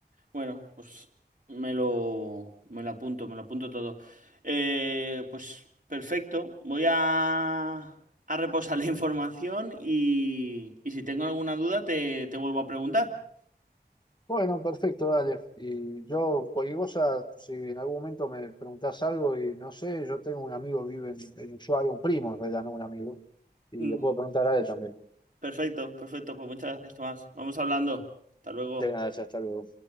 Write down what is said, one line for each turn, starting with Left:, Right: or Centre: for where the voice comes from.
Right: Bueno, pues me lo, me lo apunto, me lo apunto todo. Eh, pues perfecto, voy a, a reposar <laughs> la información y, y si tengo alguna duda te, te vuelvo a preguntar.
Left: Bueno, perfecto, dale. Y yo, cualquier cosa, si en algún momento me preguntás algo y no sé, yo tengo un amigo que vive en, en Ushuaia, un primo, en realidad, no un amigo, y
Right: Mm,
Left: le puedo preguntar a él también.
Right: Perfecto, perfecto, pues muchas gracias, Tomás. Vamos hablando. Hasta luego.
Left: De nada, ya hasta luego.